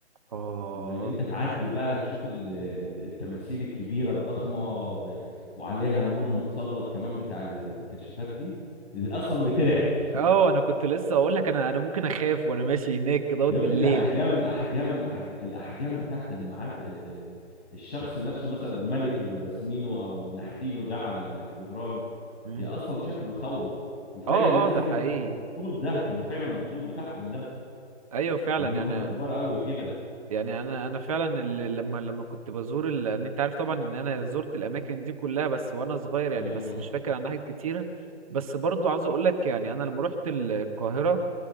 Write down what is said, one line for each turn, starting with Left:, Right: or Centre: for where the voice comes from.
Right: اه
Left: وانت تعدي بقى تشوف ال... ال- التماثيل الكبيره الضخمه ب... وعليها النور متسلط كمان بتاع ال- الكشافات دي اصلا بترعب
Right: اه انا كنت لسه اقول لك انا انا ممكن اخاف وانا ماشي هناك كده
Left: يا
Right: بالليل
Left: ابني ده احجام احجام, أحج... الاحجام بتاعت المعاب ال... ال... الشخص نفسه مثلا الملك اللي راسمينه او اللي نحتينه ده على الجدران
Right: امم
Left: إيه اصلا شكله يخوف وفعلا
Right: اه
Left: الناس
Right: اه
Left: دي
Right: ده
Left: كانت
Right: حقيقي
Left: بالطول ده كانوا فعلا بالطول بتاعهم ده
Right: ايوه فعلا
Left: ان هم
Right: يعني
Left: كانوا كبار قوي كده
Right: يعني انا انا فعلا ال- لما لما كنت بزور ال... إن انت عارف طبعا ان انا زرت الاماكن دي كلها بس وانا صغير يعني
Left: ايوه
Right: بس مش فاكر عن ناحية كتيرة بس برضو عاوز اقول لك يعني انا لما رحت القاهرة